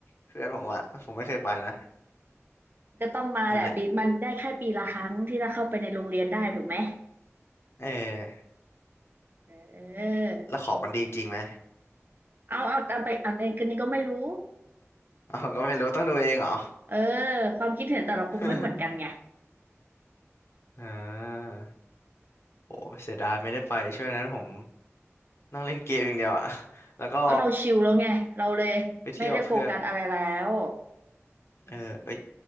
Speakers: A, on the left (about 60°); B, on the right (about 40°).
A: เพื่อนผมอะผมไม่เคยไปนะ
B: ก็ต้องมาแหละปีมันได้แค่ปีละครั้งที่เราเข้าไปในโรงเรียนได้ถูกไหม
A: นั่นแหละเออ
B: เออ
A: แล้วของมันดีจริงไหม
B: เอาเอาเอาไปเอานนคนนี้ก็ไม่รู้
A: อ๋อก็ไม่รู้ต้องดูเองเหรอ
B: เออความคิดเห็นแต่ละคนไม่เหมือนกันไง
A: <laughs> อ่าโอ้เสียดายไม่ได้ไปช่วงนั้นผมนั่งเล่นเกมอย่างเดียวอะ <laughs> แล้วก็
B: ก็เราชิลแล้วไงเราเลยไม่ได้โฟกัสอะไรแล้ว
A: ไปเที่ยวกับเพื่อนเออเอ้ย